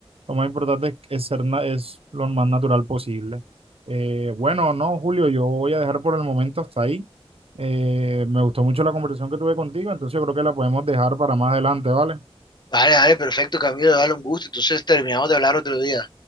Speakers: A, on the right; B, on the left.
A: lo más importante es, es ser na- es lo más natural posible. Eh, bueno, no, Julio, yo voy a dejar por el momento hasta ahí. Eh, me gustó mucho la conversación que tuve contigo, entonces yo creo que la podemos dejar para más adelante, ¿vale?
B: Vale, vale, perfecto, Camilo, dale un gusto. Entonces terminamos de hablar otro día.